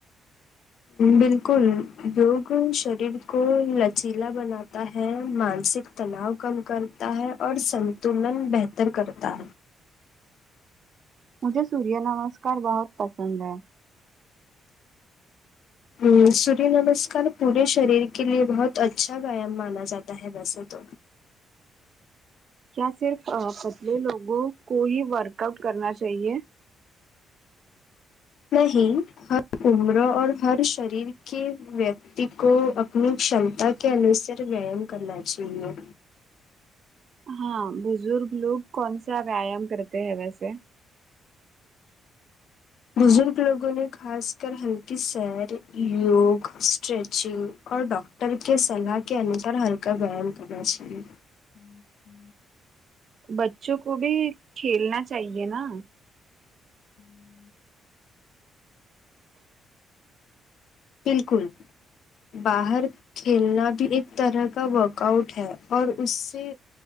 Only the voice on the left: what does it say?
بالکل یوگ شریر کو لچیلا بناتا ہے مانسک تناؤ کم کرتا ہے اور سنتولن بہتر کرتا ہے
ہوں سوریہ نمسار پورے شریر کے لیے بہت اچھا ویایام مانا جاتا ہے ہے ویسے تو
نہیں ہر عمر اور ہر شریر کے ویکتی کو اپنی شانتا کے انوسار وایام کرنا چاہیے
بزرگ لوگوں نے خاص کر ہلکی سیر یوگ اسٹریچنگ اور ڈاکٹر کے سلاح کے انسار ہلکا وایم کرنا چاہیے
بالکل باہر کھیلنا بھی ایک طرح کا ورک آؤٹ ہے اور اس سے